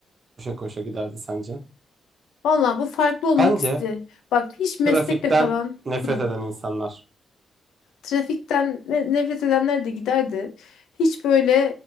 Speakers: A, on the right; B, on the left.
A: koşa giderdi sence?
B: Vallahi bu farklı olmak
A: Bence
B: iste. Bak hiç meslekle
A: trafikten
B: falan.
A: nefret
B: Hı.
A: eden insanlar.
B: Trafikten ne- nefret edenler de giderdi. Hiç böyle